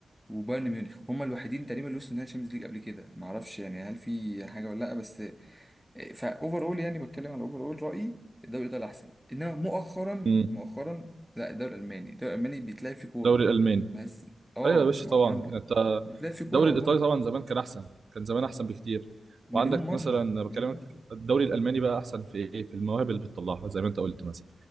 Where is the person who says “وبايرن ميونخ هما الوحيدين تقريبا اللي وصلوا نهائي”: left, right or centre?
Centre